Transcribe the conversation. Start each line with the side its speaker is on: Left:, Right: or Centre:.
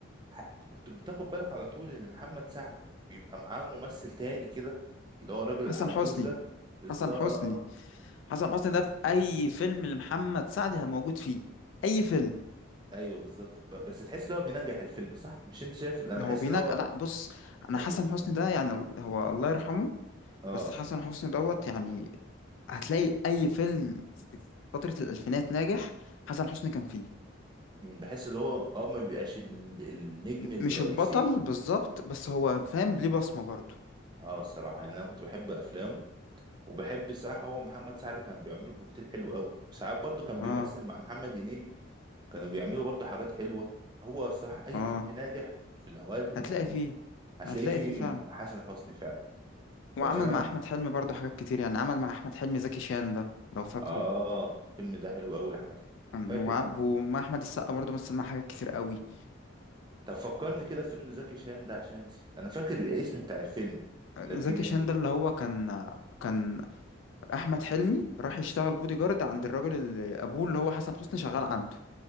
Right: ح... كنت بتاخد بالك على طول إن محمد سعد بيبقى معاه ممثل تاني كده اللي هو الراجل
Left: حسن
Right: العجوز
Left: حسني
Right: ده بالظبط
Left: حسن حسني حسن حسني ده في اي فيلم لمحمد سعد موجود فيه اي فيلم
Right: أيوه بالظبط ب... بس تحس إن هو بينجح الفيلم صح؟ مش أنت شايف أنا بحس
Left: هو بينجح
Right: إن هو
Left: لا بص انا
Right: أو
Left: حسن حسني ده يعني ال- هو الله يرحمه
Right: آه
Left: بس حسن حسني دوت يعني هتلاقي اي فيلم في فتره الالفينات ناجح حسن حسني كان فيه
Right: بحس اللي هو اه ما بيبقاش ال- النجم
Left: م-
Right: الرئيسي
Left: مش البطل بالظبط بس هو فاهم ليه بصمه برضو
Right: اه الصراحه يعني انا كنت بحب افلامه وبحب الصراحه هو محمد سعد كان بيعمله كوكتيل حلو قوي ساعات برضه كان
Left: اه
Right: بيمثل مع محمد هنيدي كانوا بيعملوا برضه حاجات حلوه هو الصراحه اي
Left: اه
Right: فيلم ناجح في الاوقات اللي
Left: هتلاقي
Right: احنا كنا
Left: فيه
Right: هتلاقيه
Left: هتلاقي
Right: فيه
Left: فيه فعلا
Right: حسن حسني فعلا ففعلا
Left: وعمل مع احمد حلمي برضه حاجات كتير يعني عمل مع احمد حلمي زكي شان ده لو فاكره
Right: اه الفيلم ده حلو قوي لاحمد حلمي
Left: كان
Right: فاكر
Left: وع- ومع احمد السقا برضه مثل معاه حاجات كتير قوي
Right: طب فكرني كده في فيلم زكي شان ده عشان نسيت انا فاكر الاسم بتاع الفيلم
Left: زكي
Right: لكن
Left: شان
Right: ال...
Left: ده اللي هو كان كان احمد حلمي راح يشتغل بودي جارد عند الراجل اللي ابوه اللي هو حسن حسني شغال عنده